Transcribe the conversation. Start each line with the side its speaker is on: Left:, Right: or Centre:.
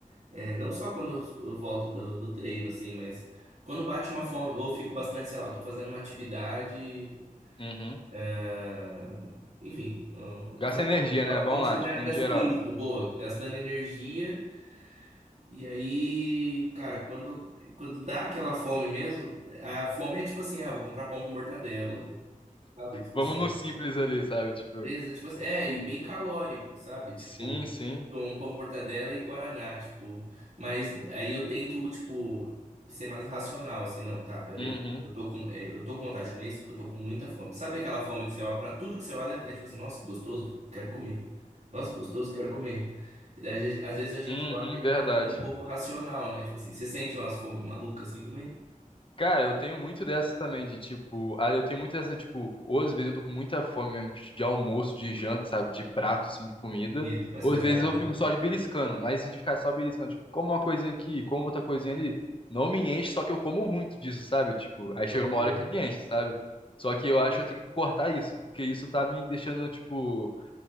Right: É, não só quando eu eu volto do, do treino, assim, mas quando bate uma fome, ou eu fico bastante, sei lá, eu tô fazendo uma atividade,
Left: Uhum.
Right: ah, enfim, eu tô
Left: Gasta
Right: fazendo
Left: energia,
Right: alguma
Left: né?
Right: alguma
Left: Vamos
Right: atividade
Left: lá, tipo,
Right: dessa.
Left: no geral.
Right: Isso, boa, gastando energia. E aí, cara, quando, quando dá aquela fome mesmo, a fome é tipo assim, ah, vou comprar pão com mortadela, sabe? Tipo
Left: Vamos
Right: assim.
Left: no simples ali, sabe? Tipo,
Right: Beleza, tipo, assim, é, e bem calórico, sabe? Tipo,
Left: sim, sim.
Right: tomo um pão com mortadela e guaraná, tipo. Mas aí eu tento, tipo, ser mais racional, assim, não, tá, peraí.
Left: Uhum.
Right: Eu tô com, é, eu tô com vontade de comer isso porque eu tô com muita fome. Sabe aquela fome que você olha, pra tudo que você olha, é tipo assim, nossa, que gostoso, quero comer. Nossa, que gostoso, quero comer. Às vezes às vezes a gente,
Left: Uhum,
Right: eu acho que a gente
Left: verdade.
Right: tem que ser um pouco racional, né? Tipo assim, você sente umas fome malucas assim também?
Left: Cara, eu tenho muito dessa também, de tipo, ah, eu tenho muito dessa, tipo, ou às vezes eu tô com muita fome mesmo tipo, de almoço, de janta, sabe? De prato, assim, de comida.
Right: Isso, mais
Left: Ou
Right: pesado,
Left: às vezes eu
Right: né?
Left: fico só de beliscando, mas se de ficar só beliscando, tipo, como uma coisinha aqui, como outra coisinha ali, não me enche, só que eu como muito disso, sabe? Tipo, aí chega
Right: Pode
Left: uma
Right: crer.
Left: hora que me enche, sabe? Só que eu acho que eu tenho que cortar isso, porque isso tá me deixando, tipo.